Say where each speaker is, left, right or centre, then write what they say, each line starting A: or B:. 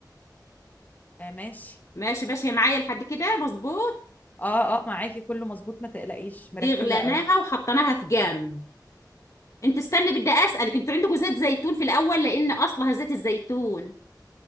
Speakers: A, on the left (about 25°); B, on the left (about 45°).
A: <laughs> آه ماشي
B: ماشي ماشي معايا لحد كده مظبوط
A: اه اه معاكي كله مظبوط ما تقلقيش
B: دي
A: مركزه
B: غليناها
A: قوي
B: وحطيناها في جنب انت استني بدي اسالك انتوا عندكم زيت زيتون في الاول لان اصلها زيت الزيتون